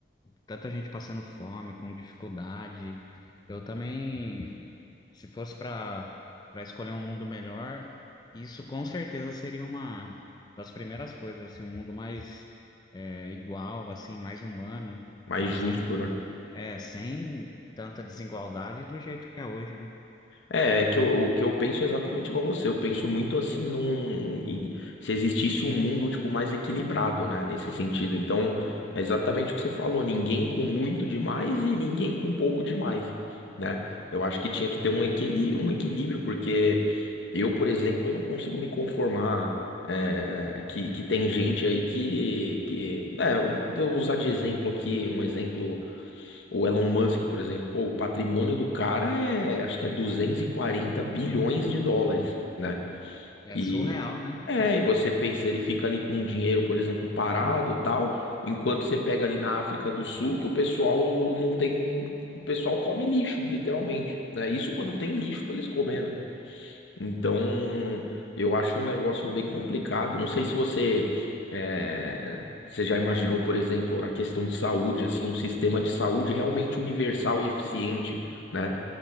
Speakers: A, on the left; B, on the left.
A: tanta gente passando fome, com dificuldade. Eu também. Se fosse para para escolher um mundo melhor, isso com certeza seria uma das primeiras coisas, assim, um mundo mais é, igual, assim, mais humano,
B: Mais justo,
A: sem
B: né?
A: é, sem tanta desigualdade do jeito que é hoje, né?
B: É, é que eu, o que eu penso é exatamente igual você. Eu penso muito assim num, em- se existisse um mundo tipo mais equilibrado, né, nesse sentido. Então, é exatamente o que você falou, ninguém com muito demais e ninguém com pouco demais, né? Eu acho que tinha que ter um equili um equilíbrio, porque eu, por exemplo, eu não consigo me conformar é, que, que tem gente aí que, que é, eu vou usar de exemplo aqui, um exemplo O Elon Musk, por exemplo, pô, o patrimônio do cara é, acho que é 240 bilhões de dólares, né?
A: É
B: E
A: surreal, né?
B: é, e você pensa, ele fica ali com o dinheiro, por exemplo, parado, tal, enquanto você pega ali na África do Sul, que o pessoal não tem, o pessoal come lixo, literalmente, né? Isso quando tem lixo para eles comerem, né? Então, eu acho um negócio bem complicado. Não sei se você, eh, você já imaginou, por exemplo, na questão de saúde, assim, um sistema de saúde realmente universal e eficiente, né?